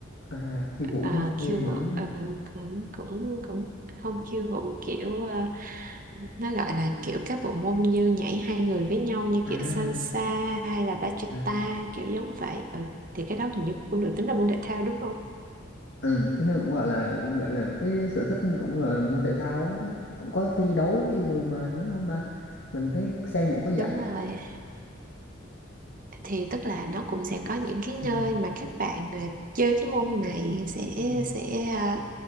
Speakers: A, on the left; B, on the right.
A: à khi vũ
B: à,
A: mua
B: khiêu
A: về rồi
B: vũ
A: đúng không
B: ờ, cũng cũng cũng không khiêu vũ kiểu ờ, nó gọi là kiểu các bộ môn như nhảy hai người với nhau như
A: à,
B: kiểu salsa hay là bachata
A: à.
B: kiểu giống vậy ừ. Thì cái đó hình như cũng được tính là môn thể thao đúng không?
A: Ừ, cái nó cũng gọi là gọi là cái sở thích cũng gọi là môn thể thao á chứ cũng có thi đấu gì rồi mà đúng không ta mình thấy xem cũng có giải
B: Đúng rồi thì tức là nó cũng sẽ có những cái
A: ừ.
B: nơi mà các bạn ờ, chơi cái môn này sẽ
A: Ừ.
B: sẽ ờ,